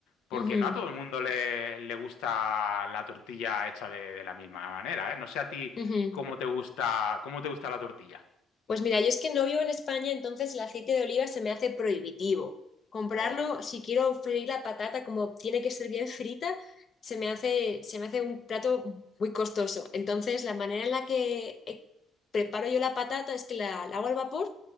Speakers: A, on the left; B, on the left.
A: porque
B: ujú,
A: no a todo el mundo le, le gusta la tortilla hecha de, de la misma manera, ¿eh? No sé a ti
B: ujú.
A: cómo te gusta, cómo te gusta la tortilla.
B: Pues mira, yo es que no vivo en España, entonces el aceite de oliva se me hace prohibitivo. Comprarlo,
A: Oh,
B: si quiero freír la patata como tiene que ser bien frita, se me hace, se me hace un plato muy costoso. Entonces, la manera en la que eh, preparo yo la patata es que la, la hago al vapor